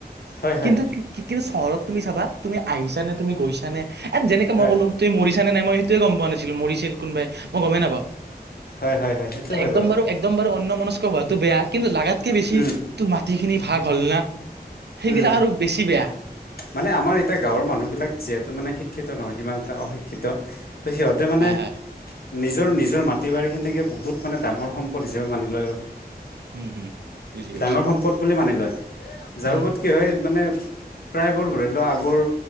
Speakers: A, on the left; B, on the right.
A: হয় হয়
B: কিন্তু, কিন্তু চহৰত তুমি চাবা তুমি আহিছা নে, তুমি গৈছা নে, এই, যেনেক
A: হয়
B: মই কলো তুমি মৰিছা নে, নাই মই সেটোয়ে গম পোৱা নাছিলোঁ, মৰিছিল। কোনোবাই, মই গমেই নাপাও,
A: হয় হয় হয় সেইটো হয়
B: একদম বাৰু একদম একদম বাৰ অন্নমনস্ক হোৱাতটো বেয়া, কিন্তু লাগাতকে বেছি
A: উম
B: তোৰ মাটিখিনি ভাগ হ'ল না। সেইবিলাক
A: উম
B: আৰু বেছি বেয়া।
A: মানে আমাৰ এতিয়া গাঁৱৰ মানুহবিলাক যিহেতু মানে শিক্ষিত নহয়, ইমান এটা অশিক্ষিত শিক্ষিত, সিহঁতে মানে
B: হয় হয়
A: নিজৰ, নিজৰ মাটি বাৰীখিনিকে বহুত মানে ডাঙৰ সম্পদ হিচাপে মানি লয় আৰু।
B: উম হুম বুজি পাইছো
A: ডাঙৰ সম্পদ বুলি মানি লয়, যাৰ
B: উম
A: ওপৰত কি হয় মানে। প্ৰায়বোৰ ধৰি লোৱা, আগৰ